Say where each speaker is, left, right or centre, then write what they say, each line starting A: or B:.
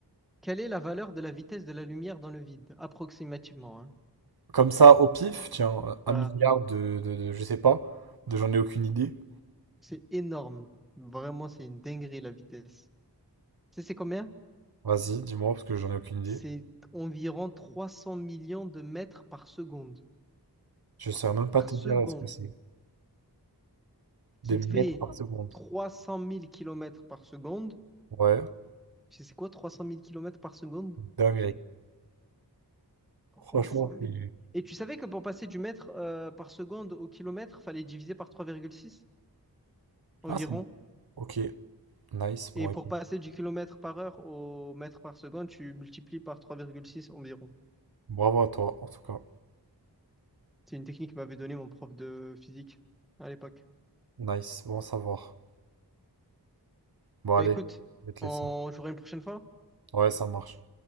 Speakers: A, in the centre; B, on the right.
A: Quelle est la valeur de la vitesse de la lumière dans le vide? Approximativement, hein.
B: Comme ça, au pif, tiens,
A: Voilà.
B: un milliard de, de, de- je sais pas, de j'en ai aucune idée.
A: C'est énorme. Vraiment, c'est une dinguerie la vitesse. Tu sais, c'est combien?
B: Vas-y, dis-moi, parce que j'en ai aucune idée.
A: C'est environ 300 millions de mètres par seconde.
B: Je saurais même pas
A: Par
B: te
A: seconde.
B: dire ce que c'est. Des
A: Qui fait
B: mètres par seconde.
A: 300 000 kilomètres par seconde.
B: Ouais,
A: Tu sais, c'est quoi 300 000 kilomètres par seconde?
B: dinguerie.
A: 300
B: Franchement,
A: 000.
B: c'est...
A: Et tu savais que pour passer du mètre euh, par seconde au kilomètre, fallait diviser par 3,6 environ?
B: Ah, c'est... bon. Ok, nice. Bon,
A: Et pour
B: écoute,
A: passer du kilomètre par heure au mètre par seconde, tu multiplies par trois virgule six environ.
B: bravo à toi, en tout cas.
A: C'est une technique que m'avait donnée mon prof de physique à l'époque.
B: Nice, bon à savoir. Bon, allez,
A: Bah écoute,
B: je vais te
A: on
B: laisser.
A: jouera une prochaine fois.
B: Ouais, ça marche.